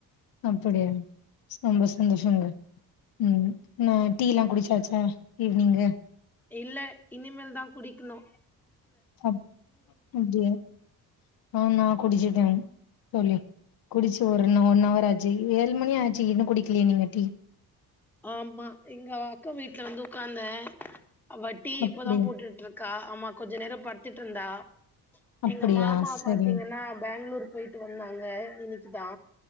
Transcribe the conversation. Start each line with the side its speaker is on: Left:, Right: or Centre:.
Left: அப்டியா சந்தோ சந்தோஷங்க ம் ன்னா டீ லா குடிச்சாச்சா ஈவ்னிங்கு
Centre: இல்ல இனிமேல் தா குடிக்ணு
Left: அப் அப்டியா ஆ நா குடிச்சுட்டே தோழி குடிச்சு ஒர்னு ஒன் அவர் ஆச்சு ஏழு மணி ஆச்சு இன்னு குடிக்கலயா நீங்க டீ
Centre: ஆமா எங்க அக்கா வீட்ல வந்து ஒக்காந்தே அவ டீ
Left: அப்டியா
Centre: இப்பதா போட்டுட்ருக் க்கா ஆமா கொஞ்சோ நேரோ பட்த்துட்டிருந்தா
Left: அப்டியா
Centre: எங்க மாமாவ
Left: சரிங்க
Centre: பாத்தீங்கன்னா பேங்ளூர் போய்ட்டு வந்தாங்க இன்னக்கிதா